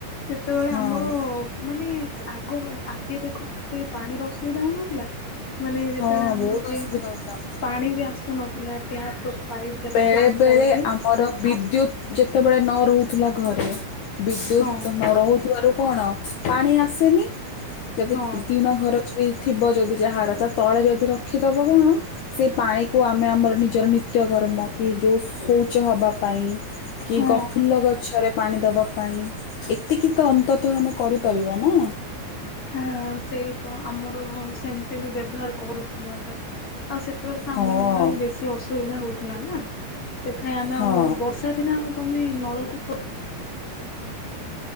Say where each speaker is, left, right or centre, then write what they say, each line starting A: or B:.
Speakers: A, on the left (about 30°); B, on the left (about 80°).
A: ସେତେବେଳେ
B: ହଁ
A: ଆମର ମାନେ ଆଗ ଆଗେ ଦେଖ କେତେ ପାଣିର ଅସୁବିଧା ହଉନଥିଲା। ମାନେ ଯେତେବେଳେ
B: ହଁ
A: ଆମର
B: ବହୁତ
A: ଯେ
B: ଅସୁବିଧା ହଉଥିଲା
A: ପାଣି ବି ଆସୁନଥିଲା ଟ୍ୟାପ ର ପାଇପ୍ ଯାକ
B: ବେଳେବେଳେ
A: ପାଣି ପାଇପ୍ ଯେ
B: ଆମର ବିଦ୍ୟୁତ
A: ଆସୁନଥିଲା
B: ଯେତେ ସେତେବେଳେ ନ ରହୁଥିଲା ଘରେ ବିଦ୍ୟୁତ୍
A: ହଁ
B: ନ ରହୁଥିବାରୁ କଣ ପାଣି ଆସେନି ଯଦି
A: ହଁ
B: ତିଣ ଘର ହେଇଥିବ ଯଦି ଯାହାର ତା ତଳେ ଯଦି ରଖିଦବ କଣ ସେ ପାଣି କୁ ଆମେ ଆମର ନିଜର ନିତ୍ୟକର୍ମ କି ଯୋଉ ଶୌଚ ହବା ପାଇଁ କି
A: ହଁ
B: ଗ ଫୁଲ ଗଛରେ ପାଣି ଦବା ପାଇଁ ଏତିକି ତ ଅନ୍ତତଃ ଆମେ କରିପାରିବା ନା।
A: ହଁ ସେଇତ ଆମର ସେମିତି ବି ବ୍ୟବହାର କରୁଥିଲୁ ଆକା। ଆଉ ସେତେବେଳେ ତ
B: ହଁ।
A: ଆମ ଘରେ ବି ବେଶୀ ଅସୁବିଧା ହଉଥିଲା ନା। ସେଥିପାଇଁ ଆମେ
B: ହଁ
A: ଆଉ ବର୍ଷା ଦିନ ଆଉ ତମେ ନଳକୂପ